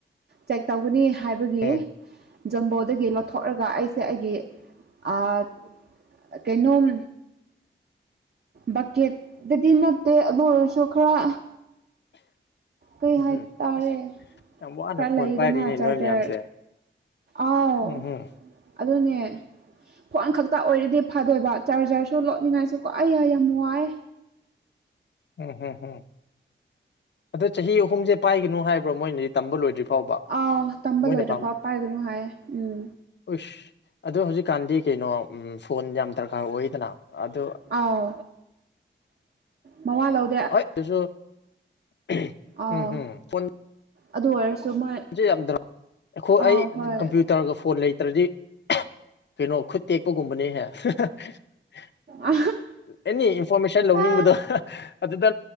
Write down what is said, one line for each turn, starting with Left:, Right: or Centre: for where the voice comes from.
Right: ꯆꯦꯛ ꯇꯧꯒꯅꯤ ꯍꯥꯏꯕꯒꯤ
Left: ꯎꯝ
Right: ꯖꯝꯕꯣꯗꯒꯤ ꯂꯧꯊꯣꯛꯂꯒ ꯑꯩꯁꯦ ꯑꯩꯒꯤ ꯑꯥ ꯀꯩꯅꯣꯝ ꯕꯛꯀꯦꯠꯇꯗꯤ ꯅꯠꯇꯦ ꯑꯗꯨ ꯑꯣꯏꯔꯁꯨ ꯈꯔ ꯀꯩ
Left: ꯎꯝꯍꯨꯝ
Right: ꯍꯥꯏꯇꯥꯔꯦ
Left: ꯑꯁ ꯌꯥꯝ ꯋꯥꯅ
Right: ꯈꯔ
Left: ꯐꯣꯟ
Right: ꯂꯩꯗꯅ
Left: ꯄꯥꯏꯔꯤꯅꯦ
Right: ꯆꯥꯔꯖꯔ
Left: ꯅꯣꯏ ꯃꯌꯥꯝꯁꯦ
Right: ꯑꯥꯎ
Left: ꯎꯝꯍꯨꯝ
Right: ꯑꯗꯨꯅꯦ ꯐꯣꯟ ꯈꯛꯇ ꯑꯣꯏꯔꯗꯤ ꯐꯗꯣꯏꯕ ꯆꯥꯔꯖꯔꯁꯨ ꯂꯣꯠꯅꯤꯡꯉꯥꯏꯁꯨ ꯀꯣ ꯑꯩ ꯌꯥꯏ ꯌꯥꯝ ꯋꯥꯏ
Left: ꯎꯝ ꯍꯝ ꯎꯝ ꯑꯗꯣ ꯆꯍꯤ ꯑꯍꯨꯝꯁꯦ ꯄꯥꯏꯒꯅꯨ ꯍꯥꯏꯕ꯭ꯔꯣ ꯃꯣꯏꯅꯗꯤ ꯇꯝꯕ ꯂꯣꯏꯗ꯭ꯔꯤ ꯐꯥꯎꯕ
Right: ꯑꯥꯎ ꯇꯝꯕ
Left: ꯃꯣꯏꯅ
Right: ꯂꯣꯏꯗ꯭ꯔꯤ ꯐꯥꯎ ꯄꯥꯏꯒꯅꯨ ꯍꯥꯏꯌꯦ ꯎꯝ
Left: ꯎꯁ ꯑꯗꯣ ꯍꯧꯖꯤꯛꯀꯥꯟꯗꯤ ꯀꯩꯅꯣ ꯐꯣꯟ ꯌꯥꯝ ꯗꯔꯀꯥꯔ ꯑꯣꯏꯌꯦꯗꯅ ꯑꯗꯣ
Right: ꯑꯥꯎ ꯃꯋꯥ ꯂꯧ
Left: <unintelligible>
Right: ꯑꯥꯎ
Left: ꯎꯝꯍꯝ ꯐꯣꯟ
Right: ꯑꯗꯨ ꯑꯣꯏꯔꯁꯨ ꯃꯣꯏ
Left: <unintelligible> ꯑꯩꯈꯣꯏ
Right: ꯑꯥꯎ
Left: ꯑꯩ
Right: ꯍꯣꯏ
Left: <unintelligible> <unintelligible> ꯐꯣꯟ ꯂꯩꯇ꯭ꯔꯗꯤ <unintelligible> ꯀꯩꯅꯣ ꯈꯨꯠ ꯇꯦꯛꯄꯒꯨꯝꯕꯅꯦꯍꯦ <unintelligible> <unintelligible>
Right: ꯑꯥ
Left: ꯑꯦꯅꯤ ꯏꯟꯐꯣꯔꯃꯦꯁꯟ ꯂꯧꯅꯤꯡꯕꯗ
Right: ꯑꯥ
Left: <unintelligible> ꯑꯗꯨꯗ